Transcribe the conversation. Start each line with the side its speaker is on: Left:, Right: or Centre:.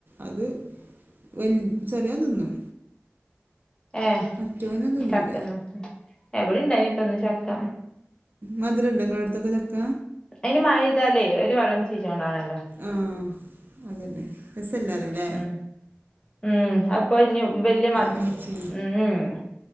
Right: അത് വൽ ചെറിയോൻ തിന്നും
Left: ഏഹ്
Right: മറ്റോനും തിന്നൂല
Left: ചക്കന്നോ ഇവിടിം ഇണ്ടായിനി ഇപ്പന്ന് ചക്ക
Right: മധുരണ്ടൊ നിങ്ങടെ അടുത്തൊക്കെ ചക്ക
Left: ഇനി മഴ പെയ്താലേ ഒരു വെള്ളം ചീഞ്ഞ് കൊണ്ടാണല്ലോ
Right: ആഹ് അതന്നെ രസല്ലറല്ലേ
Left: ഉം ഉം അപ്പൊ ഇനി വല്യ മ
Right: അമ്മച്ചി
Left: ഉം